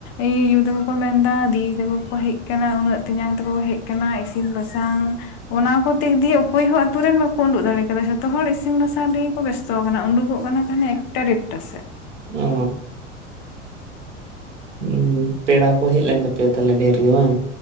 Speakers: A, on the left; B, on the right.
A: ᱤᱧ ᱟᱭᱩ ᱛᱟᱠᱚ ᱠᱚ ᱢᱮᱱᱫᱟ ᱫᱤᱫᱤ ᱛᱟᱠᱚ ᱠᱚ ᱦᱮᱡ ᱟᱠᱟᱱᱟ ᱩᱱᱟᱹᱜ ᱛᱮᱧᱟᱝ ᱛᱟᱠᱚ ᱠᱚ ᱦᱮᱡ ᱠᱟᱱᱟ ᱤᱥᱤᱱ ᱵᱟᱥᱟᱝ ᱚᱱᱟ ᱠᱚ ᱛᱮᱠ ᱫᱤᱭᱮ ᱚᱠᱚᱭᱦᱚ ᱟᱛᱩᱨᱮᱱ ᱵᱟᱠᱚ ᱩᱰᱳᱩᱜ ᱫᱟᱲᱮ ᱠᱟᱫᱟ ᱡᱷᱚᱛᱚᱦ ᱦᱚᱲ ᱤᱥᱤᱱ ᱵᱟᱥᱟᱝ ᱨᱮ ᱠᱚ ᱵᱮᱥᱛᱚ ᱟᱠᱟᱱᱟ ᱩᱰᱩᱠᱚᱜ ᱠᱟᱱᱟ ᱠᱚ ᱦᱟᱱᱮ ᱮᱠᱴᱟ ᱰᱮᱲᱴᱟ ᱥᱮᱫ,
B: ᱚᱻ ᱦᱩᱸ ᱯᱮᱲᱟ ᱠᱚ ᱦᱮᱡ ᱞᱮᱱ ᱛᱟᱯᱮᱭᱟ ᱛᱟᱦᱚᱞᱮ ᱰᱷᱮᱨ ᱜᱮ ᱵᱟᱝ?